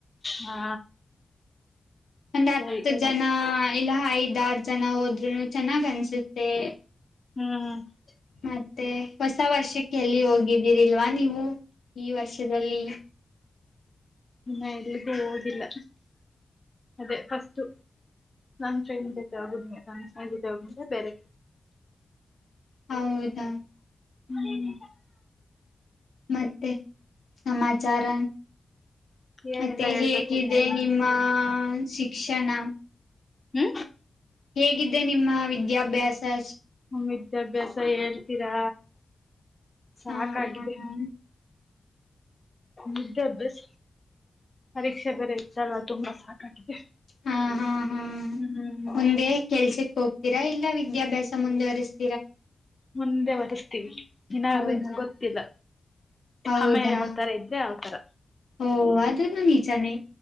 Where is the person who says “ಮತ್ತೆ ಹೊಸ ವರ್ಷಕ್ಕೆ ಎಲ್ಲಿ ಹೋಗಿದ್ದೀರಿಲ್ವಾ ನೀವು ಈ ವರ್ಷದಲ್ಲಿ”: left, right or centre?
Left